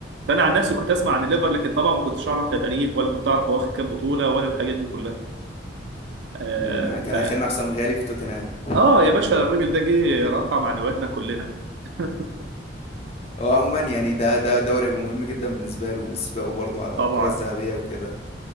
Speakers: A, on the right; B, on the left.
A: فانا عن نفسي كنت اسمع عن الليفر لكن طبعا ما كنتش اعرف لا تاريخ ولا كنت اعرف هو واخد كام بطولة ولا الحاجات دي كلها آه
B: مم، كان
A: ف
B: اخرنا حسام غالي في توتنهام
A: اه يا باشا الراجل ده جه رفع معنوياتنا كلنا <laughs>
B: هو عموما يعني ده ده دوري هيبقى مهم جدا بالنسبة له وسباقه برضه على
A: طبعا
B: الكرة الذهبية وكده